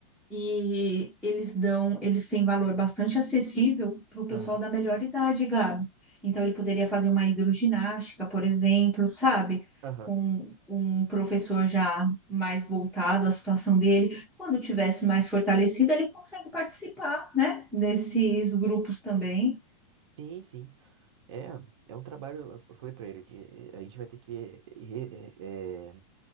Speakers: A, in the centre; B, on the right.
A: E eles dão, eles têm valor bastante acessível para o pessoal
B: Aham,
A: da melhor idade, Gabi. Então ele poderia fazer uma hidroginástica, por exemplo, sabe?
B: aham.
A: Com um professor já mais voltado à situação dele. Quando tivesse mais fortalecido, ele consegue participar, né? Desses grupos também.
B: Sim, sim. É, é um trabalho. Eu falei pra ele que eh, a gente vai ter que re- é,